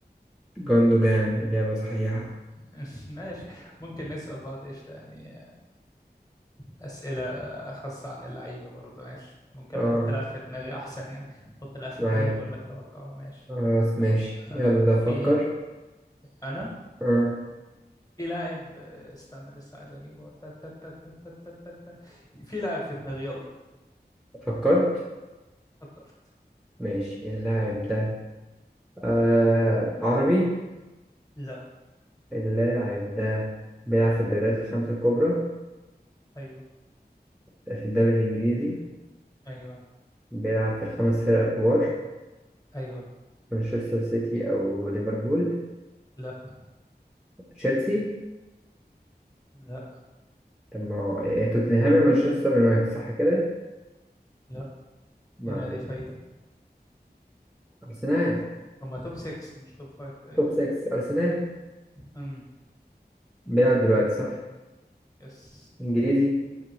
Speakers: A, in the centre; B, on the left (about 20°).
A: جوندوجان إجابة صحيحة
B: <laughs> ماشي ممكن نسأل بعض قشطة يعني أسئلة خاصة عن اللعيبة برضه ماشي ممكن
A: أه
B: أحط لعب في دماغي أحسن يعني أحط لعب في
A: معاك
B: دماغي وأقول لك توقعه ماشي
A: خلاص ماشي
B: طب
A: يلا
B: آه، في
A: فكر
B: أنا
A: آه.
B: في لاعب آه، استنى لسه عايز أجيبه تا- تا- تا- تا- تا- تا- تا- تا. في لاعب في دماغي يلا
A: فكرت
B: فكرت
A: ماشي اللاعب ده آه. عربي
B: لا
A: اللاعب ده بيلعب في الدوريات الخمسة الكبرى
B: أيوه
A: في الدوري الإنجليزي
B: أيوه
A: بيلعب في الخمس فرق الكبار
B: أيوه
A: مانشستر سيتي أو ليفربول
B: لا
A: تشيلسي
B: لا
A: طب ما هو- إيه، توتنهام يا مانشستر يونايتد صح كده؟
B: لا
A: مع
B: دي نادي فايتة
A: أرسنال
B: هما توب 6 مش توب 5 تقريبا
A: توب 6 أرسنال
B: امم
A: بيلعب دلوقتي صح؟
B: يس
A: إنجليزي